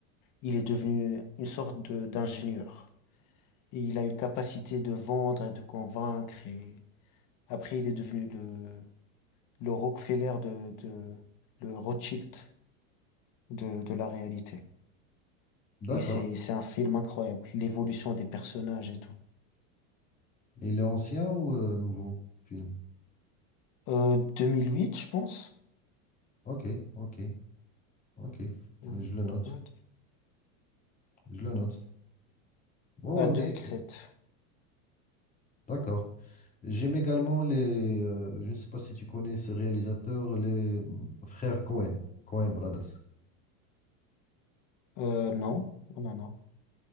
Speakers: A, on the left (about 45°); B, on the left (about 20°).
A: il est devenu une sorte de, d'ingénieur. Et il a une capacité de vendre et de convaincre et après, il est devenu le, le Rockefeller de, de, le Rothschild de, de la réalité. Et
B: D'accord.
A: c'est, c'est un film incroyable. L'évolution des personnages et tout.
B: Il est ancien ou euh, nouveau film?
A: Euh, 2008, je pense.
B: Ok, ok, ok.
A: Euh,
B: Je le note.
A: what
B: Je le note. Ouais,
A: Ah, 2007.
B: ouais, mais d'accord. J'aime également les. euh, je ne sais pas si tu connais ces réalisateurs, les euh, frères Cohen, Cohen Brothers.
A: Euh, non. Oh, non, non.